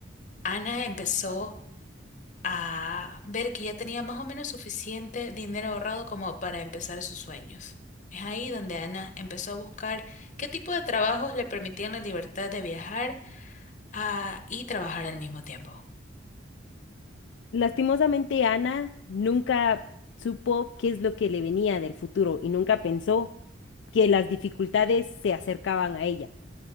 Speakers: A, on the left; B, on the left.
A: Ana empezó a ver que ya tenía más o menos suficiente dinero ahorrado como para empezar sus sueños. Es ahí donde Ana empezó a buscar qué tipo de trabajos le permitían la libertad de viajar ah, y trabajar al mismo tiempo.
B: Lastimosamente, Ana nunca supo qué es lo que le venía del futuro y nunca pensó que las dificultades se acercaban a ella.